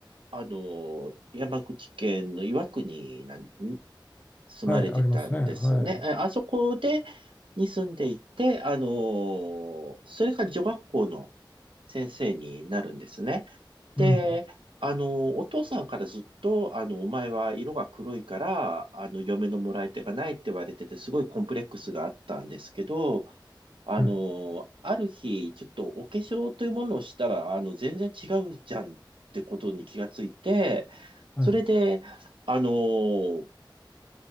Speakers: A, on the right (about 85°); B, on the left (about 20°).
A: あの、山口県の岩国なんに住まれてたんですね。
B: はい、ありますね。はい。
A: えあそこで、に住んでいて、あの、それから女学校の先生になるんですね。で、
B: うん。
A: あの、お父さんからずっと、あの、お前は色が黒いから、あの、嫁のもらい手がないって言われてて、すごいコンプレックスがあったんですけど、あの、
B: はい。
A: ある日、ちょっとお化粧というものをしたら、あの、全然違うじゃんってことに気がついて、
B: はい。
A: それで、あの、